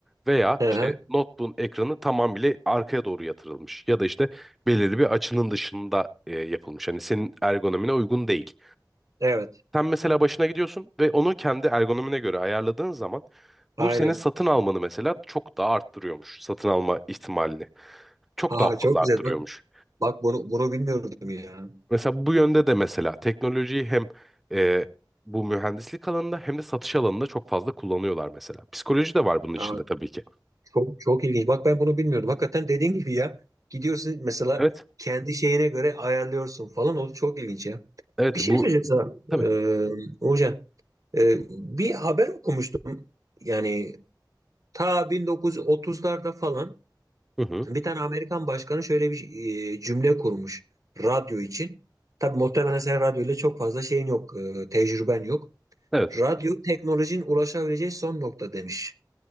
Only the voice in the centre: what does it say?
veya
işte notebook'un ekranı tamamıyla arkaya doğru yatırılmış ya da işte belirli bir açının dışında e, yapılmış. Hani senin ergonomine uygun değil.
Sen mesela başına gidiyorsun ve onu kendi ergonomine göre ayarladığın zaman
bu senin satın almanı mesela çok daha arttırıyormuş. Satın alma ihtimalini çok
daha
fazla
arttırıyormuş.
Mesela bu yönde de mesela teknolojiyi hem e, bu mühendislik alanında hem de satış alanında çok fazla kullanıyorlar mesela. Psikoloji de var bunun içinde
tabii ki.
Evet,
evet
bu
tabii.
Hı hı,
evet.